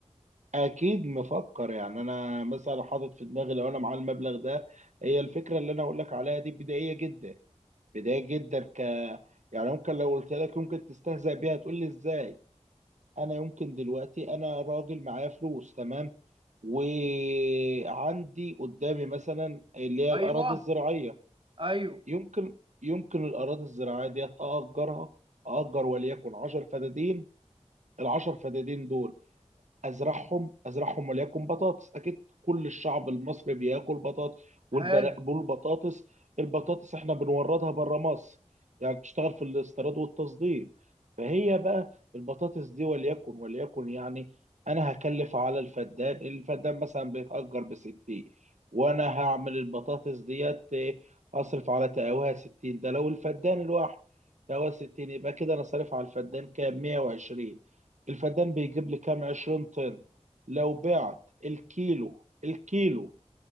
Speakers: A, on the right; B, on the right.
A: اكيد مفكر يعني انا مثلا حاطط في دماغي لو انا معايا المبلغ ده هي الفكره اللي انا اقول لك عليها دي بدائيه جدا بدائيه جدا ك يعني ممكن لو قلت لك ممكن تستهزأ بيها تقول لي ازاي انا يمكن دلوقتي انا راجل معايا فلوس تمام وعندي قدامي مثلا اللي هي الاراضي
B: ايوه
A: الزراعيه
B: ايوه
A: يمكن يمكن الأراضي الزراعية دي أأجرها أأجر وليكن 10 فدادين العشر فدادين دول ازرعهم ازرعهم وليكن بطاطس اكيد كل الشعب المصري بياكل بطاطس والبر-
B: حلو
A: والبطاطس البطاطس احنا بنوردها بره مصر يعني بتشتغل في الاستيراد والتصدير فهي بقى البطاطس دي وليكن وليكن يعني انا هكلف على الفدان الفدان مثلا بيتأجر بستين وانا هعمل البطاطس ديت إيه، هصرف على تقاوها ستين ده لو الفدان الواحد تقاوها ستين يبقى كده انا صارف على الفدان كام مية وعشرين الفدان بيجيب لي كام 20 طن لو بعت الكيلو الكيلو